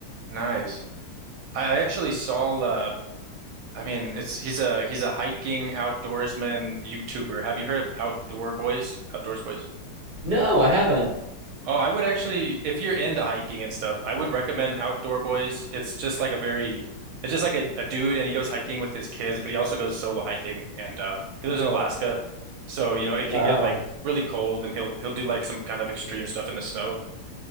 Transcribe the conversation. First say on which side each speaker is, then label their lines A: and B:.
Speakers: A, on the right; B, on the right.
A: Nice. I I actually saw uh I mean it's he's a he's a hiking outdoorsman YouTuber. Have you heard of Outdoor Boys? Outdoors Boys?
B: No, I haven't.
A: Oh, I would actually if you're into hiking and stuff, I would recommend Outdoor Boys. It's just like a very it's just like a, a dude and he goes hiking with his kids, but he also goes solo hiking and uh he lives in Alaska. So, you know, it
B: Wow.
A: can get like really cold and he'll he'll do like some kind of extreme stuff in the snow.